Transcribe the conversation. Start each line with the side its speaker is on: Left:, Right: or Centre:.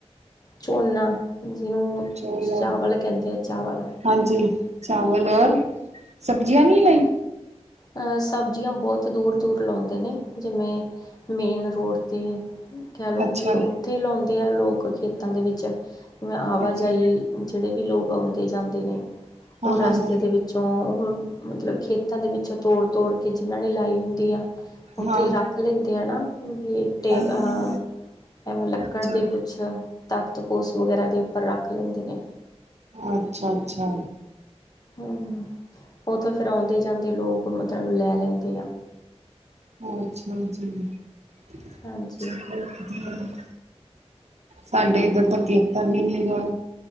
Left: ਝੋਨਾ ਜਿਹਨੂੰ
Right: ਚੋਲ
Left: ਚਾਵਲ ਕਹਿੰਦੇ ਆ ਚਾਵਲ
Right: ਹਾਂਜੀ ਚਾਵਲ ਔਰ ਸਬਜ਼ੀਆਂ ਨਹੀਂ ਲਾਈ
Left: ਹਾਂ ਸਬਜ਼ੀਆਂ ਬਹੁਤ ਦੂਰ ਦੂਰ ਲਾਉਂਦੇ ਨੇ, ਜਿਵੇਂ ਮੇਨ ਰੋਡ 'ਤੇ ਕਹਿ ਲਓ,
Right: ਅੱਛਾ
Left: ਵੀ ਉੱਥੇ ਲਾਉਂਦੇ ਆ ਲੋਕ ਖੇਤਾਂ ਦੇ ਵਿੱਚ, ਜਿਵੇਂ ਆਵਾਜਾਈ
Right: ਅੱਛਾ
Left: ਜਿਹੜੇ ਵੀ ਲੋਕ ਆਉਂਦੇ ਜਾਂਦੇ ਨੇ
Right: ਹਾਂ
Left: ਉਹ
Right: ਹਾਂ
Left: ਰਸਤੇ
Right: ਹਾਂ
Left: ਦੇ ਵਿੱਚ ਤੋਂ ਉਹ ਮਤਲਬ ਖੇਤਾਂ ਦੇ ਵਿੱਚੋਂ ਤੋੜ ਤੋੜ ਕੇ ਜਿਹਨਾਂ ਨੇ ਲਾਈ ਹੁੰਦੀ ਆ ਉੱਥੇ
Right: ਹਾਂ
Left: ਰੱਖ ਲੈਂਦੇ ਆ ਨਾ, ਵੀ ਅਹ
Right: ਅੱਛਾ
Left: ਐਵੇਂ ਲੱਕੜ
Right: ਅੱਛਾ
Left: ਦੇ ਕੁਛ ਕੁਛ, ਤਾਖ਼ਤ ਪੋਸ ਵਗੈਰਾ ਦੇ ਉੱਪਰ ਰੱਖ ਲੈਂਦੇ ਨੇ
Right: ਅੱਛਾ ਅੱਛਾ
Left: ਹੂੰ, ਉੱਥੋਂ ਫੇਰ ਆਉਂਦੇ ਜਾਂਦੇ ਲੋਕ ਮਤਲਬ ਲੈ ਲੈਂਦੇ ਆ
Right: ਅੱਛਾ ਜੀ <unintelligible>
Left: ਹਾਂਜੀ
Right: ਸਾਡੇ ਇੱਧਰ ਤਾਂ ਕੀਤਾ ਵੀ ਨਹੀਂ ਗਾ